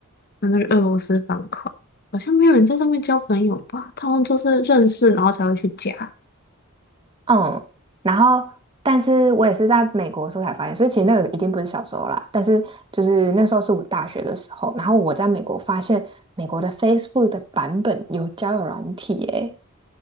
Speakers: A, on the left; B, on the right.
A: 玩那个俄罗斯方块，好像没有人在上面交朋友吧？他们就是认识然后才会去加。
B: 嗯，然后但是我也是在美国的时候才发现，所以其实那个已经不是小时候啦，但是就是那时候是我大学的时候，然后我在美国发现美国的 Facebook 的版本有交友软体耶、